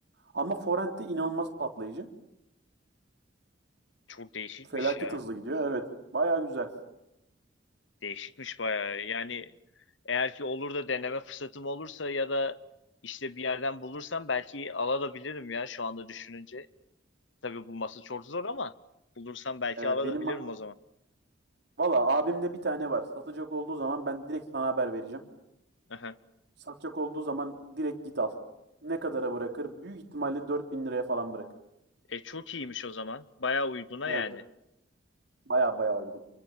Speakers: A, on the right; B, on the left.
A: Ama forend de inanılmaz patlayıcı.
B: Çok değişikmiş
A: Felaket
B: ya.
A: hızlı gidiyor. Evet. Baya güzel.
B: Değişikmiş bayağı. Yani eğer ki olur da deneme fırsatım olursa ya da işte bir yerden bulursam belki alabilirim ya şu anda düşününce. Tabii bulması çok zor ama bulursam belki
A: Ee,
B: alabilirim
A: benim
B: o zaman.
A: valla abimde bir tane var. Satacak olduğu zaman ben direkt sana haber vereceğim.
B: Aha.
A: Satacak olduğu zaman direkt git al. Ne kadara bırakır? Büyük ihtimalle 4000 liraya falan bırakır.
B: E çok iyiymiş o zaman. Bayağı uyguna yani.
A: Evet. Baya baya uygun.